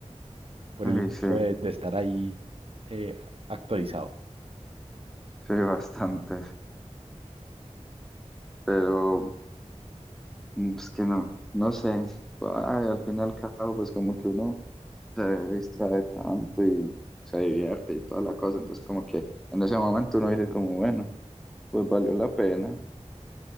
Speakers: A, on the right; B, in the centre.
A: por
B: Uy,
A: el impulso
B: sí,
A: de, de estar ahí eh, actualizado.
B: sí, bastante, pero mm, es que no, no sé, Ay, al final y al cabo, pues como que uno se distrae tanto y se divierte y toda la cosa, entonces como que en ese momento uno dice como, bueno, pues valió la pena,